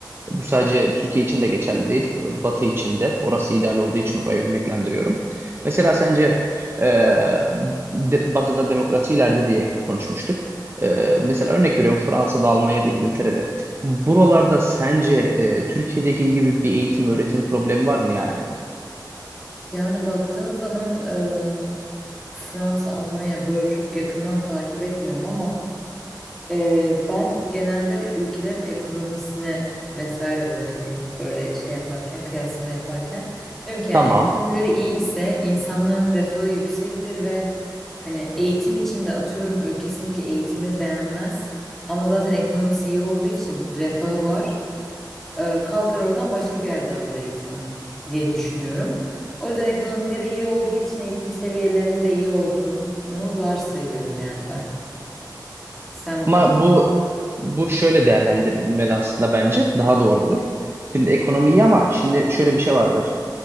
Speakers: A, on the right; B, in the centre.
A: bu sadece Türkiye için de geçerli değil. Batı için de. Orası ideal olduğu için orayı örneklendiriyorum. Mesela sence e, de- Batı'da demokrasi ileride diye konuşmuştuk. E, mesela örnek veriyorum Fransa'da, Almanya'da, İngiltere'de. Buralarda sence e, Türkiye'deki gibi bir eğitim, öğretim problemi var mı yani?
B: Yani baktığın zaman eee, Fransa, Almanya böyle çok yakından takip etmiyorum ama eee, ben genelde ülkelerin ekonomisine vesaire bakıyorum böyle şey yaparken, kıyaslama yaparken. Diyorum ki yani
A: Tamam.
B: ekonomileri iyi ise insanların refahı yüksektir ve hani eğitim için de atıyorum ülkesindeki eğitimi beğenmez ama zaten ekonomisi iyi olduğu için refahı var e, kalkar oradan başka bir yerde alır eğitimi diye düşünüyorum. O yüzden ekonomileri iyi olduğu için eğitim seviyelerinin de iyi olduğunu varsayıyorum yani ben. Sen
A: Ama
B: bunu
A: bu bu şöyle değerlendirilmeli aslında bence daha doğru olur. Şimdi ekonomiyi ama şimdi şöyle bir şey vardır.